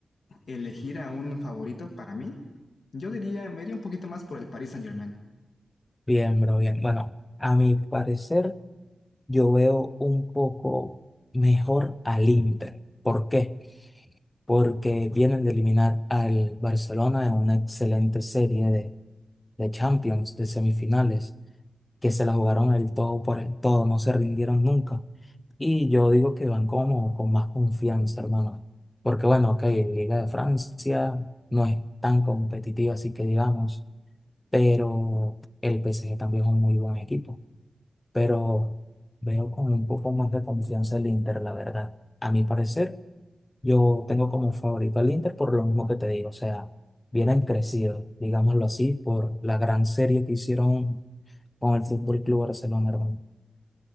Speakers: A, on the left; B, on the left.
A: elegir a un favorito para mí, yo diría, me iría un poquito más por el Paris Saint-Germain.
B: Bien, bro, bien. Bueno, a mi parecer, yo veo un poco mejor al Inter. ¿Por qué? Porque vienen de eliminar al Barcelona en una excelente serie de, de Champions, de semifinales. que se la jugaron el todo por el todo, no se rindieron nunca. Y yo digo que van como con más confianza, hermano. Porque bueno, ok, la Liga de Francia no es tan competitiva, así que digamos, pero el P S G también es un muy buen equipo. Pero veo con un poco más de confianza el Inter, la verdad. A mi parecer, yo tengo como favorito al Inter por lo mismo que te digo, o sea, vienen crecidos, digámoslo así, por la gran serie que hicieron con el Fútbol Club Barcelona, hermano.